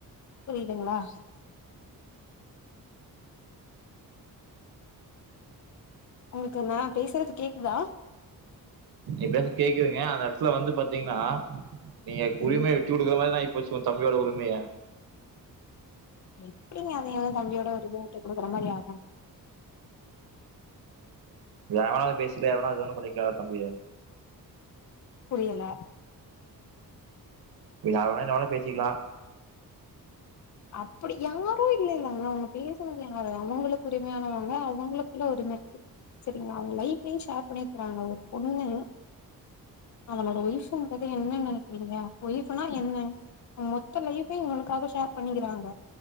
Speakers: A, on the left; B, on the right.
A: புரியிதுங்களா உங்களுக்கு நா பேசுறது கேக்குதா
B: நீ பேசறது கேக்குறங்க அந்த இடத்துல வந்து பாத்தீங்கன்னா நீங்க
A: ம்
B: உரிமை விட் விட்டு கொடுற மாரி ஆகி போச்சு உன் தம்பியோட உரிமையா
A: எப்டி அதது தம்பியோ உரிமையா விட்டு குடுக்குற மாரி ஆகு
B: வேனால பேசிக்கலா எவனாவத <unintelligible> பண்ணிக்கக்கா தம்பிய
A: புரியல
B: நீய ஆவனுன என்னளா வேன பேசிக்கலா
A: அப்டி யாரு இல்லேல்லாங்க அவங்க பேசுனது யாரு அவங்களுக்கு உரிமையானவங்க அவங்களுக்குள்ள ஒரு உரிமை இருக்குது லய்வு சேர் பண்ணியிருக்காங்க ஓரூ பொண்ணு அவனோட ஒய்ஃபுன்றத என்னன்ன நினைக்கிறீங்கா ஒயஃனா என்ன மொத்த லைஃப இவளுக்காக ஷேர் பண்ணிருவாங்க